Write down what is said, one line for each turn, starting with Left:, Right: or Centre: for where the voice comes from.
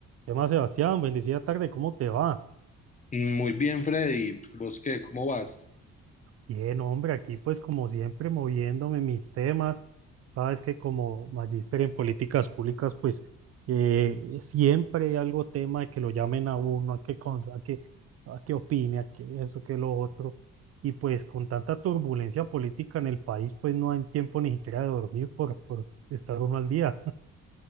Right: ¿Qué más, Sebastián? Bendecida tarde, ¿cómo te va?
Left: Muy bien, Freddy. ¿Vos qué? ¿Cómo vas?
Right: Bien, hombre, aquí pues como siempre moviéndome mis temas. Sabes que como magíster en políticas públicas, pues eh, siempre hay algo tema de que lo llamen a uno, a que, cons- a que, a que opine, a que eso, que lo otro. Y pues con tanta turbulencia política en el país, pues no hay tiempo ni siquiera de dormir por, por estar uno al día.